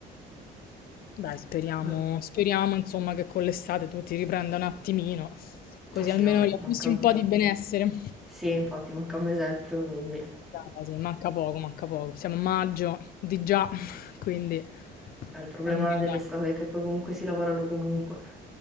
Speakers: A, on the left; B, in the centre.
A: Dai, speriamo,
B: Beh,
A: speriamo insomma che con l'estate tu ti riprenda un attimino, così
B: Ah sì,
A: almeno
B: vabbè,
A: riacquisti
B: manca...
A: un po' di benessere.
B: Sì, infatti manca un mesetto, quindi
A: Dai, quasi, manca poco, manca poco. Siamo a maggio di già, <laughs> quindi
B: è il problema
A: almeno
B: dell'estate
A: dai.
B: è che poi comunque si lavorano comunque